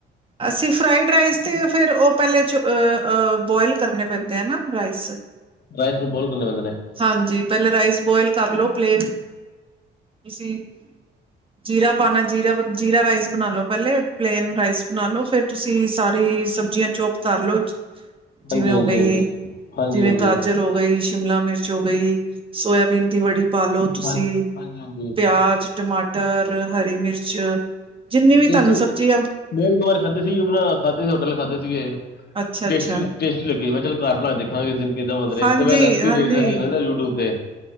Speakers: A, on the right (about 25°); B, on the left (about 55°).
A: ਅਸੀਂ ਫਰਾਈਡ ਰਾਈਸ ਤੇ ਫਿਰ ਉਹ ਪਹਿਲੇ <unintelligible> ਬੋਇਲ ਕਰਨੇ ਪੈਂਦੇ ਆ ਨਾ ਰਾਈਸ
B: ਰਾਈਸ ਨੂੰ ਬੋਇਲ ਕਰਨੇ ਪੈਂਦੇ ਨੇ
A: ਹਾਂਜੀ, ਪਹਿਲੇ ਰਾਈਸ ਬੋਇਲ ਕਰ ਲਓ ਪਲੇਨ, ਤੁਸੀਂ ਜੀਰਾ ਪਾਨੇ ਜੀਰਾ, ਜੀਰਾ ਰਾਈਸ ਬਨਾ ਲੋ ਪਹਿਲੇ ਪਲੇਨ ਰਾਈਸ ਬਨਾ ਲੋ ਫੇਰ ਤੁਸੀਂ ਸਾਰੀ ਸਬਜ਼ੀਆਂ ਚੋਪ ਕਰ ਲੋ ਜਿਵੇਂ
B: ਹਾਂਜੀ ਹਾਂਜੀ
A: ਹੋ ਗਈ,
B: ਹਾਂਜੀ
A: ਜਿਵੇਂ
B: ਹਾਂਜੀ ਹਾਂਜੀ
A: ਗਾਜਰ ਹੋ ਗਈ, ਸ਼ਿਮਲਾ ਮਿਰਚ ਹੋ ਗਈ ਸੋਇਆਬੀਨ ਦੀ ਵੜੀ ਪਾ ਲੋ ਤੁਸੀਂ
B: ਹਾਂ ਹਾਂਜੀ ਹਾਂਜੀ
A: ਪਿਆਜ਼ ਟਮਾਟਰ, ਹਰੀ ਮਿਰਚ, ਜਿੰਨੀ ਵੀ
B: ਟੇਸਟੀ
A: ਤਾਹਨੂੰ ਸਬਜ਼ੀ ਆ
B: ਮੈਂ ਇਕ ਦੋ ਵਾਰੀ ਖਾਧੇ ਸੀ ਅਪਨਾ ਖਾਧੇ ਸੀ ਹੋਟਲ ਖਾਧੇ ਸੀ ਗੇ।
A: ਅੱਛਾ
B: ਟੇਸਟੀ
A: ਅੱਛਾ
B: ਟੇਸਟੀ ਲੱਗੀ ਮੈਂ ਚੱਲ ਘਰ ਬਣਾ ਕੇ ਦੇਖਾਂਗੇ ਦਿ ਕਿਦਾਂ ਬੰਦੇ ਨੇ
A: ਹਾਂਜੀ
B: ਤੇ ਮੈਂ ਰੈਸਪੀ
A: ਹਾਂਜੀ
B: ਦੇਖ ਰਿ ਸੀ ਯੂਟਊਬ ਤੇ